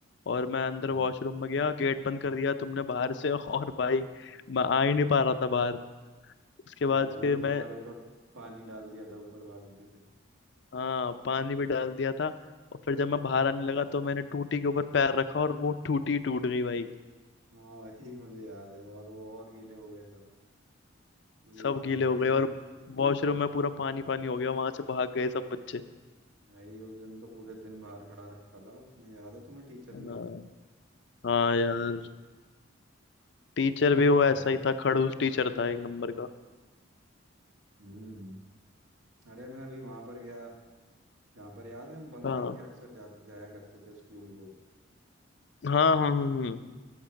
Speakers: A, on the left; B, on the right.
A: और मैं अंदर
B: हाँ
A: वॉशरूम में गया गेट बंद कर दिया तुमने बाहर से <laughs> और भाई मैं आ ही नहीं पा रहा था बाहर उसके बाद
B: हाँ भाई
A: फिर
B: वो
A: मैं
B: तुम्हारे ऊपर पानी डाल दिया था ऊपर बाल्टी से
A: हाँ पानी भी डाल दिया था और फिर जब मैं बाहर आने लगा तो मैंने टूटी के ऊपर पैर रखा और वो टूटी टूट गई भाई
B: हाँ भाई मुझे याद है और वो और गीले हो गए सब मुझे
A: सब
B: याद
A: गीले
B: है
A: हो
B: भाई
A: गए
B: वो
A: और
B: तो
A: वॉशरूम में पूरा पानी पानी हो गया वहां से भाग गए सब बच्चे
B: भाई उस दिन तो पूरे दिन बाहर खड़ा रखा था उसने याद है तुम्हें टीचर
A: हाँ
B: ने
A: हाँ यार टीचर भी वो ऐसा
B: बाहर
A: ही था खड़ूस टीचर था एक नंबर का
B: हम्म अरे मैं अभी वहां पर गया जहाँ पर याद है हम बंक
A: हाँ
B: करके अक्सर जाते जाया करते थे स्कूल को
A: हाँ हाँ हाँ